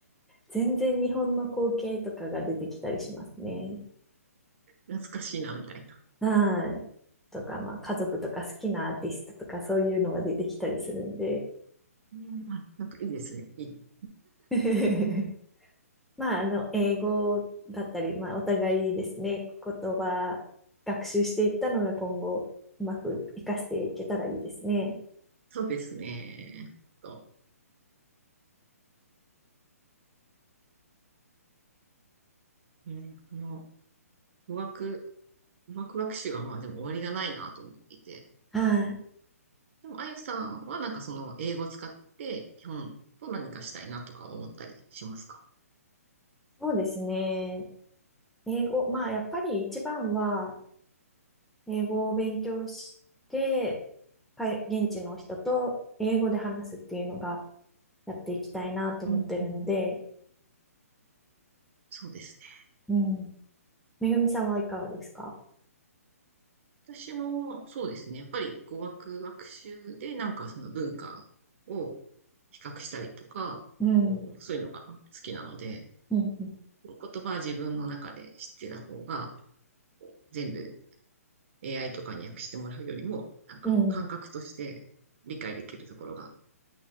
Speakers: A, in the centre; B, on the right (about 50°).
A: 全然日本の光景とかが出てきたりしますね。
B: 懐かしいな、みたいな。
A: はい。とか、まあ、家族とか好きなアーティストとかそういうのが出てきたりするんで。
B: うん、あ、なんかいいですね。いい。
A: <laughs> まあ、あの、英語だったり、まあ、お互いですね、言葉学習していったのが今後、うまく活かしていけたらいいですね。
B: そうですね。と、ね、あの、語学、語学学習はまあでも終わりがないなと思っていて。
A: はい。
B: でも、あゆさんはなんかその英語を使って基本と何かしたいなとか思ったりしますか
A: そうですね。英語、まあ、やっぱり一番は、英語を勉強して、かい現地の人と英語で話すっていうのが、やっていきたいなと思ってるので、
B: うんうん。そうですね。
A: うん。めぐみさんはいかがですか
B: 私もそうですね。やっぱり語学学習でなんかその文化を比較したりとか、
A: うん。
B: こうそういうのが好きなので、
A: うん。
B: 言葉は自分の中で知ってた方が、こう全部 AI とかに訳してもらうよりも、なんか感覚として理解できるところが
A: うん。